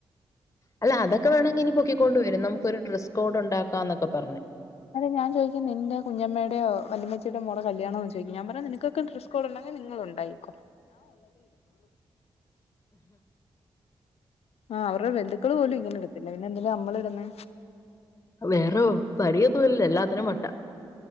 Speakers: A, on the left; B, on the left.
A: അല്ല അതൊക്കെ വേണെങ്കി ഇനി പൊക്കിക്കോണ്ട് വരും നമുക്ക് ഒര് ഡ്രസ് കോഡ് ഇണ്ടാക്കാം എന്നൊക്കെ പറഞ്
B: ഞാ ചോദിക്കും നിന്റെ കുഞ്ഞമ്മേടെയൊ വല്യമച്ചിടെ മോടെ കല്യാണൊന്ന് ഞാ പറഞ്ഞു നിനക്ക് നിങ്ങക്ക് ഡ്രസ് കോഡ് ഉണ്ടെങ്കി നിങ്ങളുണ്ടാക്കിക്കോ ആഹ് അവര്ടെ ബന്ധുക്കൾ പോലും ഇങ്ങനെടത്തില്ല പിന്നെ എന്തിന നമ്മള് ഇട്ന്നെ
A: വേറ പണിയൊന്നുല്ല എല്ലാത്തിനും വട്ട